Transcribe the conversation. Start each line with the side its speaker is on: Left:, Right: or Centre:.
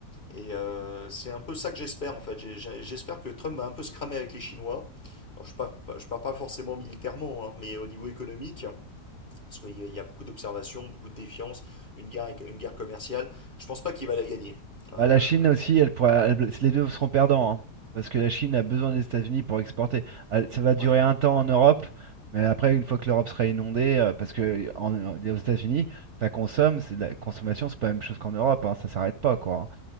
Left: Et euh, c'est un peu ça que j'espère en fait. J'ai- j'ai- J'espère que Trump va un peu se cramer avec les Chinois. Alors, je ne parle pas- je pars pas forcément militairement, hein, mais au niveau économique, parce qu'il y a- il y a beaucoup d'observations, beaucoup de défiance, une guerre, éco- une guerre commerciale. Je pense pas qu'il va la gagner. Euh,
Right: Bah, la Chine aussi, elle pourra, elle- les deux seront perdants, hein, parce que la Chine a besoin des États-Unis pour exporter. Elle- ça va durer
Left: ouais.
Right: un temps en Europe, mais après, une fois que l'Europe sera inondée, euh, parce que en- en- aux États-Unis, ça consomme, c'est de la consommation, c'est pas la même chose qu'en Europe, hein, ça s'arrête pas, quoi. hein.